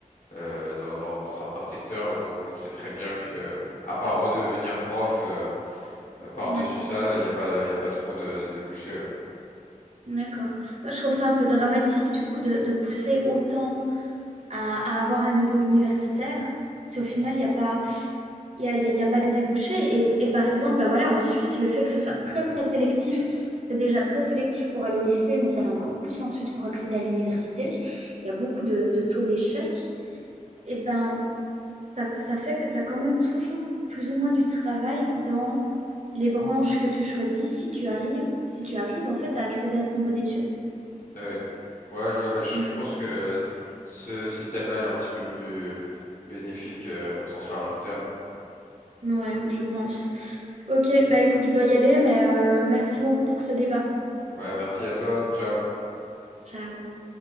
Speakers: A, on the left (about 70°); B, on the right (about 55°).
A: euh, dans, dans, dans certains secteurs où on sait très bien que, à part redevenir prof euh, euh, par-dessus
B: Ouais,
A: ça, il n'y a pas, il y a pas trop de, de débouchés. Ouais.
B: d'accord. Moi, je trouve ça un peu dramatique du coup de, de pousser autant à, à avoir un niveau universitaire si au final il n'y a pas Il n'y a, il y a- il y a pas de débouché. Et, et par exemple, bah voilà, en Suisse, le fait que ce soit très, très sélectif, c'est déjà très sélectif pour aller au lycée, mais ça l'est encore plus ensuite pour accéder à l'université. Il y a beaucoup de, de taux d'échec. Et ben, ça, ça fait que tu as quand même toujours plus ou moins du travail dans les branches que tu choisis si tu arrives, si tu arrives en fait à accéder à ce niveau d'études.
A: Ouais. Ouais, je vois, bah, je,
B: Ouais,
A: je pense que ce système-là est un petit peu plus bénéfique euh, au sens large du terme.
B: Ouais, je pense. Ok, bah écoute, je dois y aller, mais euh, merci beaucoup pour ce débat.
A: Ouais, merci à toi. Ciao.
B: Ciao.